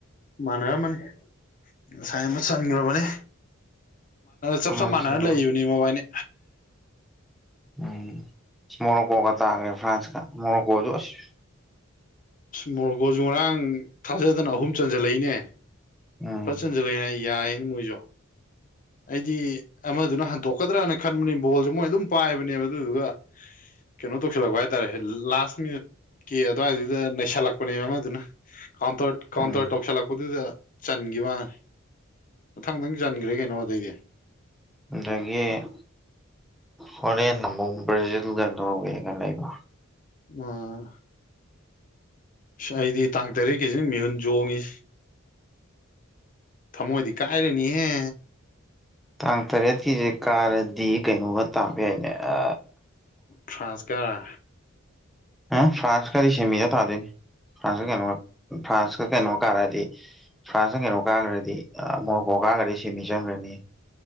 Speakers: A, on the left (about 40°); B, in the centre.
A: ꯃꯥꯟꯅꯔꯝꯃꯅꯤ ꯉꯁꯥꯏ ꯑꯃ ꯆꯟꯈ꯭ꯔꯕꯅꯤ ꯆꯞ
B: ꯑꯃ
A: ꯆꯞ ꯃꯥꯟꯅꯅ
B: ꯖꯦꯔꯣ
A: ꯂꯩꯕꯅꯤ ꯃꯕꯥꯏꯅꯤ
B: ꯎꯝ ꯃꯣꯔꯣꯛꯀꯣꯒ ꯇꯥꯒ꯭ꯔꯦ ꯐ꯭ꯔꯥꯟꯁ ꯀ ꯃꯣꯔꯣꯛꯀꯣꯒꯨ ꯑꯖ
A: ꯃꯣꯔꯣꯛꯀꯣꯖꯨ ꯉꯔꯥꯡ ꯊꯥꯖꯗꯅ ꯑꯍꯨꯝ ꯆꯟꯖꯜꯂꯛꯏꯅꯦ
B: ꯎꯝ
A: ꯐꯠꯆꯟꯖꯜꯂꯛ ꯑꯦꯅ ꯌꯥꯏꯅꯦ ꯃꯣꯏꯖꯨ ꯑꯩꯗꯤ ꯑꯃꯗꯨꯅ ꯍꯟꯇꯣꯛꯀꯗ꯭ꯔꯅ ꯈꯟꯕꯅꯤ ꯕꯣꯜꯁꯨ ꯃꯣꯏꯅ ꯑꯗꯨꯝ ꯄꯥꯏꯕꯅꯦꯕ ꯑꯗꯨꯗꯨꯒ ꯀꯩꯅꯣ ꯇꯧꯁꯤꯜꯂꯛꯄ ꯍꯥꯏꯇꯥꯔꯦ ꯂꯥꯁ ꯃꯤꯅꯤꯠ ꯀꯦ ꯑꯗꯨꯋꯥꯏꯗꯨꯗ ꯅꯩꯁꯜꯂꯛꯄꯅꯦꯕ ꯑꯃꯗꯨꯅ ꯀꯥꯎꯟꯇꯔ ꯀꯥꯎꯟꯇꯔ
B: ꯎꯝ
A: ꯇꯧꯁꯜꯂꯛꯄꯗꯨꯗ ꯆꯟꯈꯤꯕ ꯃꯥꯅꯤ ꯃꯊꯪ ꯃꯊꯩ ꯆꯟꯈ꯭ꯔꯦ ꯀꯩꯅꯣ ꯑꯗꯩꯗꯤ
B: ꯑꯗꯒꯤ ꯍꯣꯔꯦꯟ ꯑꯃꯨꯛ ꯕ꯭ꯔꯥꯖꯤꯜꯒ ꯅꯣꯔꯋꯦꯒ ꯂꯩꯕ
A: ꯑꯥ ꯑꯁ ꯑꯩꯗꯤ ꯇꯥꯡ ꯇꯔꯦꯠ ꯀꯦꯖꯤꯅ ꯃꯤꯍꯨꯟ ꯆꯣꯡꯉ ꯊꯃꯣꯏꯗꯤ ꯀꯥꯏꯔꯅꯤꯍꯦ
B: ꯇꯥꯡ ꯇꯔꯦꯠꯀꯤꯁꯦ ꯀꯥꯔꯗꯤ ꯀꯩꯅꯣꯒ ꯇꯥꯕ ꯌꯥꯏꯅꯦ ꯑ
A: ꯐ꯭ꯔꯥꯟꯁ ꯀꯔꯥ
B: ꯑ ꯐꯁꯀꯔꯤ ꯁꯦꯃꯤꯗ ꯇꯥꯗꯅ ꯐ꯭ꯔꯥꯟꯁꯀ ꯀꯩꯅꯣ ꯐ꯭ꯔꯥꯟꯁꯀ ꯀꯩꯅꯣ ꯀꯥꯔꯛꯑꯗꯤ ꯐ꯭ꯔꯥꯟꯁꯅ ꯀꯩꯅꯣ ꯀꯥꯈ꯭ꯔꯗꯤ ꯃꯣꯔꯣꯀꯣ ꯀꯥꯈ꯭ꯔꯗꯤ ꯁꯤꯃꯤ ꯆꯪꯈ꯭ꯔꯅꯤ